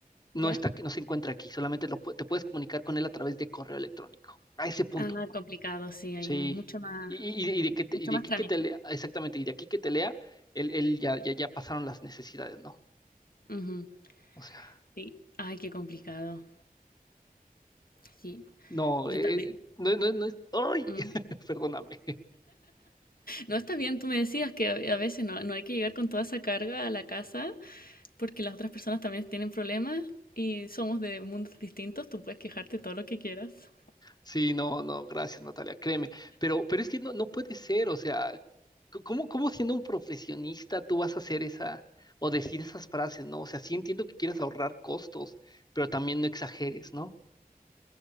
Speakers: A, on the left; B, on the left.
A: no
B: ¿Ya?
A: está, aquí- no se encuentra aquí, solamente lo, pu- te puedes comunicar con él a través de correo electrónico. A ese punto,
B: Ah, complicado, sí, hay
A: sí.
B: mucho más,
A: Y, y- y de que te-
B: mucho
A: y de
B: más
A: aquí
B: trámite.
A: que te lea, exactamente, y de aquí que te lea, él, él ya, ya, ya pasaron las necesidades, ¿no?
B: Ujú,
A: O sea,
B: sí. Ay, qué complicado. Sí,
A: no,
B: yo
A: eh,
B: también.
A: no, no, no es, ¡ay!
B: mm.
A: <laughs> Perdóname.
B: No está bien, tú me decías que a a veces no, no hay que llegar con toda esa carga a la casa porque las otras personas también tienen problemas y somos de mundos distintos, tú puedes quejarte todo lo que quieras.
A: Sí, no, no, gracias, Natalia, créeme. Pero, pero es que no, no puede ser, o sea, c- ¿cómo, cómo siendo un profesionista tú vas a hacer esa o decir esas frases, ¿no? O sea, sí entiendo que quieras ahorrar costos, pero también no exageres, ¿no?